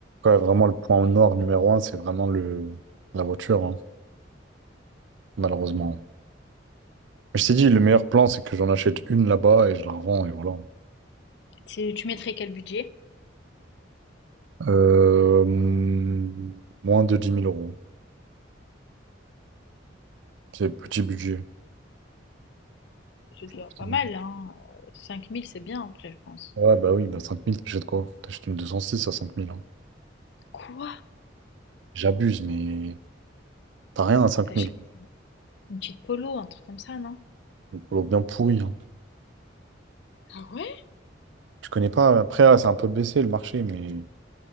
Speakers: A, on the right; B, on the left.
A: Ouais, vraiment, le point noir numéro un, c'est vraiment le... la voiture, hein, malheureusement. Mais je t'ai dit, le meilleur plan, c'est que j'en achète une là-bas et je la revends, et voilà.
B: Tu tu mettrais quel budget?
A: Euh, mm, moins de dix mille euros. C'est petit budget.
B: C'est déjà
A: Petit
B: pas
A: budget.
B: mal, hein. 5000, c'est bien après, je pense.
A: Ouais, bah oui, bah cinq mille t'achètes quoi? T'achètes une 206 à cinq mille hein.
B: Quoi?
A: J'abuse, mais t'as rien à cinq
B: T'achètes-
A: mille
B: Une petite polo, un truc comme ça, non?
A: Une polo bien pourrie. hein.
B: Ah ouais?
A: Tu connais pas, après, là, c'est un peu baissé le marché, mais